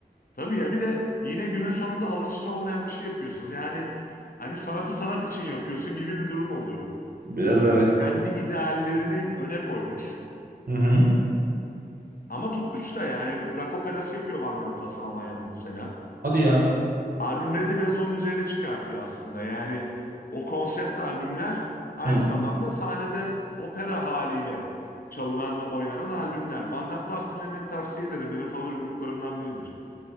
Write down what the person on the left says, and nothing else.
Tabii ya bir de yine günün sonunda alıcısı olmayan bir şey yapıyorsunuz. Yani hani sanatı sanat için yapıyorsun gibi bir durum oluyor.
Kendi ideallerini öne koymuş.
Ama tutmuş da yani rock operası yapıyor Vanden Plas Almanya'da mesela.
Albümleri de biraz onun üzerine çıkartıyor aslında. Yani o konsept albümler aynı
zamanda sahnede opera haliyle çalınan ve oynanan albümler. Banden Plus dinlemeni tavsiye ederim. Benim favori gruplarımdan biridir.